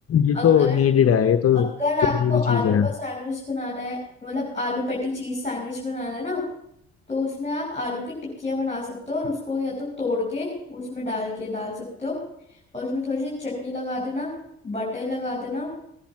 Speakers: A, on the left (about 50°); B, on the left (about 25°).
A: ये
B: अगर
A: तो नीडेड है ये तो
B: अगर आपको
A: जरूरी चीज
B: आलू
A: है
B: का सैंडविच बनाना है मतलब आलू पेटी चीज सैंडविच बनाना है ना तो उसमें आप आलू की टिक्कियां बना सकते हो और
A: हाँ
B: उसको या तो तोड़ के उसमें डाल के डाल सकते हो और उसमें थोड़ी सी चटनी लगा देना बटर लगा देना